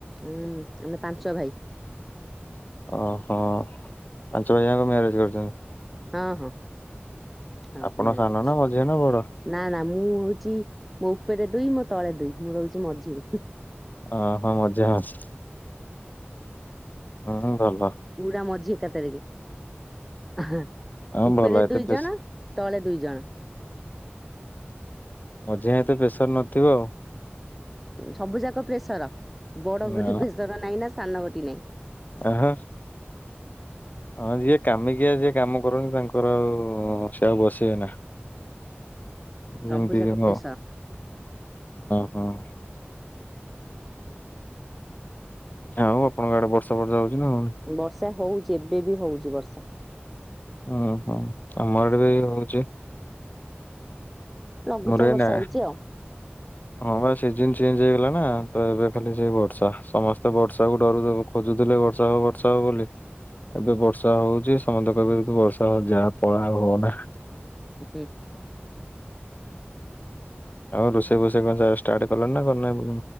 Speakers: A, in the centre; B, on the left (about 45°).
A: ହୁଁ ଆମେ ପାଞ୍ଚ ଭାଇ।
B: ଓହୋ ପାଞ୍ଚ ଭଇଜାକ ମ୍ୟାରେଜ କରିଛନ୍ତି।
A: ହଁ ହଁ। ସମସ୍ତେ
B: ଆପଣ
A: ମ୍ୟାରେଜ
B: ସାନ
A: କରିସାରିଲେଣି
B: ନା ମଝିଆ ନା ବଡ।
A: ନା ନା ମୁଁ ହଉଛି ମୋ ଉପେରେ ଦୁଇ ମୋ ତଳେ ଦୁଇ ମୁଁ ରହୁଛି ମଝିରେ।
B: ହଁ ହୋ ମଝିଆ ଅଛି ହୁଁ ଭଲ।
A: ପୁରା ମଝି ଏକା ଥରେ କେ
B: ଆଉ
A: ଉପରେ
B: ଭଲ ଏତେ
A: ଦୁଇ
B: ପ୍ରେସ
A: ଜଣ। ତଳେ ଦୁଇ ଜଣ।
B: ମଝିଆ ଏତେ ପ୍ରେସର ନଥିବ ଆଉ।
A: ସବୁ ଯାକ ପ୍ରେସର ବଡଙ୍କଠି
B: ନା
A: ପ୍ରେସର ନାହିଁ ନା ସାନଙ୍କଠି ନାହିଁ।
B: ହଁ। ହଁ ଯିଏ କାମିକିଆ ଯିଏ କାମ କରନ୍ତି ତାଙ୍କର ଆଉ ସେ ଆଉ ବସିବେ ନା। ଯେମିତି
A: ସବୁଜାକ
B: କି ହଁ
A: ପ୍ରେଶର।
B: ହଁ। ଆଉ ଆପଣଙ୍କ ଆଡେ ବର୍ଷା ଫର୍ଶା ହଉଛି ନା ହନାନି।
A: ବର୍ଷା ହଉଛି ଏବେ ବି ହଉଛି ବର୍ଷା।
B: ହୁଁ ଆମ ଆଡେ ବି ହଉଛି।
A: ଲଘୁଚାପ
B: ମୋର ଏଇନା
A: ବର୍ଷା ହେଇଛି ଆଉ।
B: ହଁ ବା ସିଜନ୍ ଚେଞ୍ଜ ହେଇଗଲା ନା ତ ଏବେ ଖାଲି ସେଇ ବର୍ଷା ସମସ୍ତେ ବର୍ଷା କୁ ଡରୁଚନ୍ତି। ଖୋଜୁଥିଲେ ବର୍ଷା ହଉ ବର୍ଷା ହଉ ବୋଲି। ଏବେ ବର୍ଷା ହଉଛି ସମସ୍ତେ କହିବେ କି ବର୍ଷା ଯାହା ପଳା ଆଉ ହଉନା।
A: ଏତେ।
B: ଆଉ ରୋଷେଇ ଫୋଷେଇ କ ଷ୍ଟାର୍ଟ କଲଣି ନା କରୀନ।